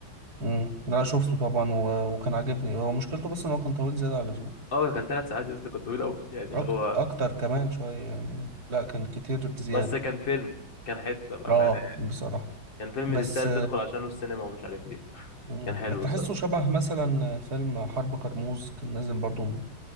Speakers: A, on the right; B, on the left.
A: امم لا شفته طبعا و... وكان عاجبني هو مشكلته بس ان هو كان طويل زيادة عن اللزوم
B: اه كان ثلاث ساعات يا اسطى كان طويل قوي يعني
A: أكت...
B: اللي هو
A: اكتر كمان شوية يعني لا كان كتير بزيادة
B: بس كان فيلم كان حته بامانه
A: اه
B: يعني
A: بصراحة
B: كان فيلم
A: بس
B: تستاهل تدخل عشانه السينما ومش عارف ايه
A: مم،
B: كان حلو
A: تحسه
B: الصراحه
A: شبه مثلا فيلم حرب كرموز كان نازل برضو من,